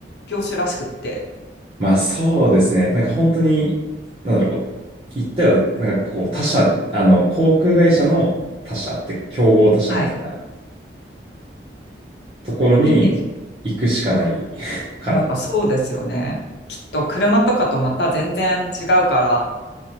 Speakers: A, on the left; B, on the right.
A: 業種らしくって、
B: まあそうですね。なんか本当に、なんだろう、こう、言ったら、なんかこう、他社、あの、航空会社の他社っていうか、競合他社みたいな
A: はい。
B: ところに
A: に転職
B: 行くしかない <laughs> かな。
A: やっぱそうですよね。きっと車とかとまた全然違うから、